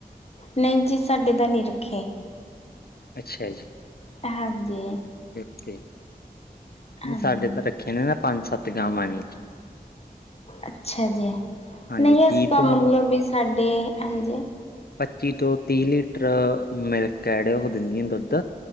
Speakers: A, on the left; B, on the left.
A: ਨਹੀਂ ਜੀ, ਸਾਡੇ ਤਾਂ ਨੀ ਰੱਖੇ।
B: ਅੱਛਾ ਜੀ।
A: ਹਾਂਜੀ
B: ਨਹੀਂ
A: ਹਾਂਜੀ
B: ਸਾਡੇ ਤਾਂ ਰੱਖੇ ਨੇ ਨਾ ।ਪੰਜ ਸੱਤ ਗਾਵਾਂ ਨੇ।
A: ਅੱਛਾ ਜੀ,
B: ਹਾਂਜੀ
A: ਨਹੀਂ
B: ਤੀਹ
A: ਅਸੀਂ ਤਾਂ
B: ਤੋਂ
A: ਮਤਲਬ ਵੀ ਸਾਡੇ, ਹਾਂਜੀ
B: ਪੱਚੀ ਤੋਂ ਤੀਹ ਲੀਟਰ ਮਿਲਕ ਐਡ ਉਹ ਦਿੰਦੀ ਆ ਦੁੱਧ।